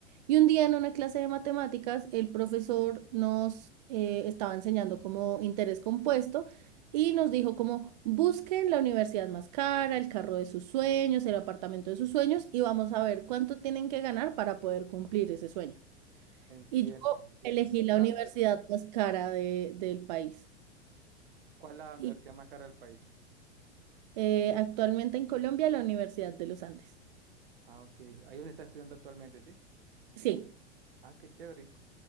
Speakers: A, on the right (about 40°); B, on the right (about 55°).
A: Y un día en una clase de matemáticas, el profesor nos eh, estaba enseñando como interés compuesto y nos dijo como busquen la universidad más cara, el carro de sus sueños, el apartamento de sus sueños y vamos a ver cuánto tienen que ganar para poder cumplir ese sueño.
B: entiendo,
A: Y yo
B: entiendo.
A: elegí la
B: Una,
A: universidad más cara de- del país.
B: ¿cuál es la universidad
A: Y
B: más cara del país?
A: eh, actualmente en Colombia, la Universidad de los Andes.
B: Ah, ok. Ahí donde estás estudiando actualmente, ¿sí?
A: Sí,
B: Ah, qué chévere.